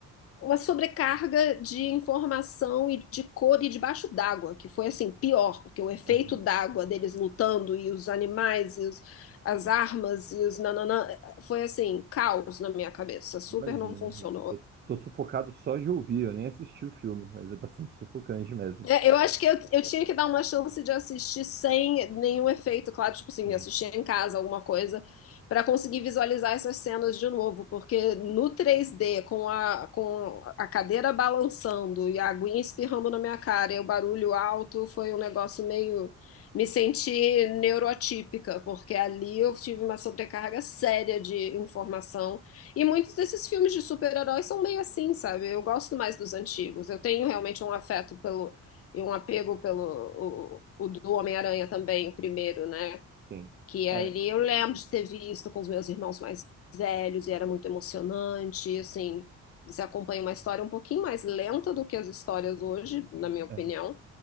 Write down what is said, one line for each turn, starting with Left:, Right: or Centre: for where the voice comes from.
Left: uma sobrecarga de informação e de cor e debaixo d'água, que foi assim, pior, porque o efeito
Right: Imagina,
Left: d'água deles lutando e os animais e os- as armas e os nananã, foi assim, caos na minha cabeça, super
Right: imagina.
Left: não funcionou.
Right: Eu tô sufocado só de ouvir, eu nem assisti o filme, mas é bastante sufocante mesmo.
Left: É, eu acho que eu, eu tinha que dar uma chance de assistir sem nenhum efeito, claro, tipo assim,
Right: Uhum.
Left: assistir em casa alguma coisa, pra conseguir visualizar essas cenas de novo, porque no 3D, com a, com a cadeira balançando e a aguinha espirrando na minha cara e o barulho alto, foi um negócio meio. Me senti neurotípica, porque ali eu tive uma sobrecarga séria de informação. E muitos desses filmes de super-heróis são meio assim, sabe? Eu gosto mais dos antigos. Eu tenho realmente um afeto pelo e um apego pelo o, o do Homem-Aranha também, o primeiro, né?
Right: Sim.
Left: Que
Right: É,
Left: ali eu lembro de ter visto com os meus irmãos mais velhos e era muito emocionante, assim, você acompanha uma história um pouquinho mais lenta do que as histórias hoje, na minha opinião,
Right: é,